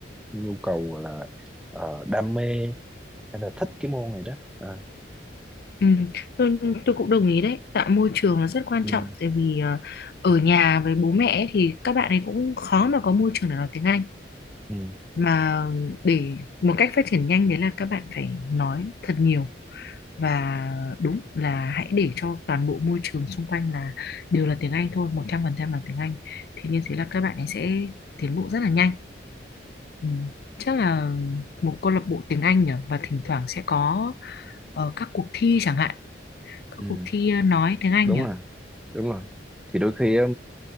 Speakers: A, in the centre; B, on the left.
A: nhu cầu gọi là ờ, đam mê hay là thích cái môn này đó à,
B: Ừ, tôi, tôi cũng đồng ý đấy tạo môi trường là rất quan
A: ừ,
B: trọng tại vì ờ, ở nhà với bố mẹ ấy thì các bạn ấy cũng khó mà có môi trường để nói tiếng Anh
A: ừ,
B: mà để một cách phát triển nhanh đấy là các bạn phải nói thật nhiều và đúng là hãy để cho toàn bộ môi trường xung quanh là đều là tiếng Anh thôi 100% là tiếng Anh thì như thế là các bạn ấy sẽ tiến bộ rất là nhanh Ừ. Chắc là một câu lạc bộ tiếng Anh nhỉ và thỉnh thoảng sẽ có ờ, các cuộc thi chẳng hạn các
A: ừ,
B: cuộc thi ờ, nói tiếng Anh
A: đúng
B: à
A: rồi đúng rồi thì đôi khi á,